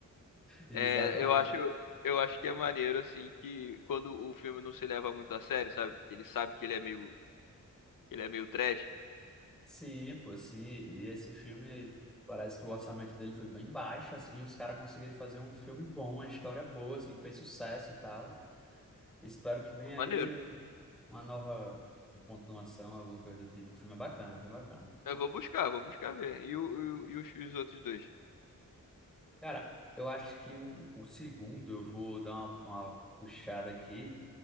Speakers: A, in the centre; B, on the left.
A: Exatamente.
B: É, eu acho, eu acho que é maneiro assim que quando o filme não se leva muito a sério, sabe? Que ele sabe que ele é meio, que ele é meio trash.
A: Sim, pô, sim. E esse filme, parece que o orçamento dele foi bem baixo, assim, os caras conseguiram fazer um filme bom, uma história boa, assim, que fez sucesso e tal. Espero que venha
B: Pô,
A: aí
B: Maneiro.
A: uma nova continuação, alguma coisa do tipo. O filme é bacana, foi bacana.
B: Eu vou buscar, vou buscar ver. E, o, e, o- e os, os outros dois?
A: Cara, eu acho que um, o segundo eu vou dar uma, uma puxada aqui,